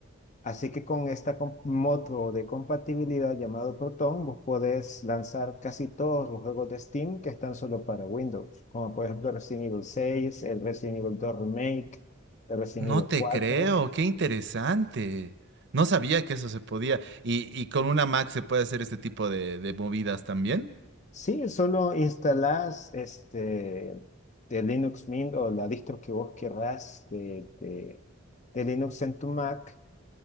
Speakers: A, on the left (about 35°); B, on the right (about 60°).
A: Así que con este modo de compatibilidad llamado Proton, vos podés lanzar casi todos los juegos de Steam que están solo para Windows, como por ejemplo Resident Evil 6, el Resident Evil 2 Remake, el Resident
B: no
A: Evil
B: te
A: 4.
B: creo, qué interesante. No sabía que eso se podía. Y, y con una Mac se puede hacer este tipo de, de movidas también.
A: Sí, solo instalás este, de Linux Mint o la distro que vos querrás de, de- de Linux en tu Mac